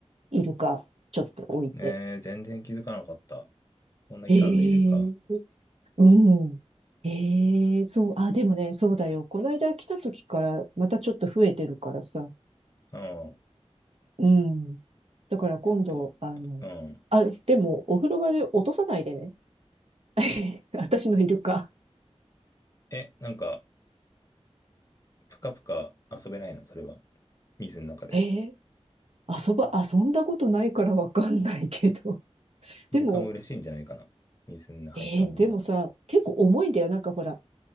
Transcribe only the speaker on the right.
イルカ、ちょっと置いて。
え
えうん。ええそう、あ、でもね、そうだよ。この間来た時から、またちょっと増えてるからさ。
うん。だから今度、
あの、
あ、でも、お風呂場で落とさないでね。<laughs> 私のイルカ。
えー遊ば、遊んだことないからわかんないけど。<laughs>
でも、
えーでもさ、結構重いんだよ。なんかほら、